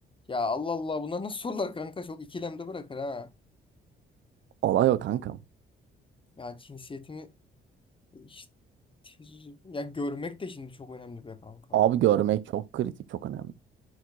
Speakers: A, on the left; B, on the right.
A: Ya Allah Allah bunlar nasıl sorular kanka çok ikilemde bırakır ha.
B: Olay o kankam.
A: Ya cinsiyetimi işte, ya görmek de şimdi çok önemli be kanka.
B: Abi görmek çok kritik çok önemli.